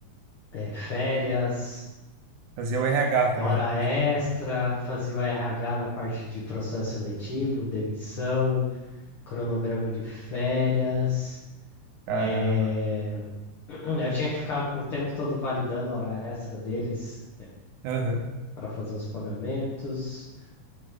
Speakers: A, on the left; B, on the right.
A: eh, férias,
B: Fazia o RH também.
A: hora extra, fazia o RH na parte de processo seletivo, demissão, cronograma de férias.
B: Caramba.
A: eh, <clears throat> Eu tinha que ficar o tempo todo validando a hora extra deles
B: Aham.
A: para fazer os pagamentos.